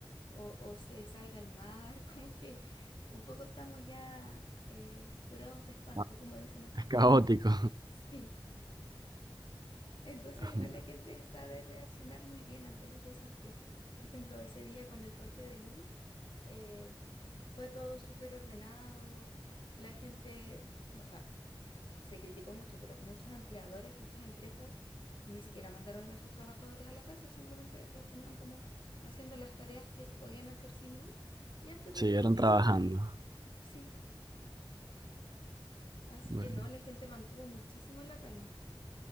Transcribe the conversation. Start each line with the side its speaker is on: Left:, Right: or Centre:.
Left: o, o se salga al mar, <laughs> como que un poco estamos ya eh, curados de espanto,
Right: Ah,
Left: como dicen acá.
Right: Es caótico.
Left: Sí, entonces
Right: <laughs>
Left: igual la gente sabe reaccionar muy bien ante los desastres. Por ejemplo, ese día con el corte de luz, eh, fue todo súper ordenado, la gente... O sea, se criticó mucho, pero muchos empleadores, muchas empresas ni siquiera mandaron a sus trabajadores a la casa, simplemente los tenían como haciendo las tareas que se podían hacer sin luz y antes
Right: Siguieron
Left: de que oscureciera,
Right: trabajando.
Left: sí. Así
Right: Bueno,
Left: que no, la gente mantuvo muchísimo la calma.